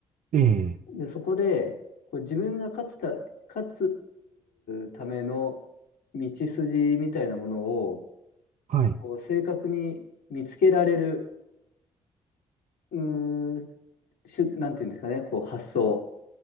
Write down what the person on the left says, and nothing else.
で、そこでこう自分が勝つた、勝つための道筋みたいなものを
こう正確に見つけられる、うーん、しゅ、なんていうんですかね、こう発想。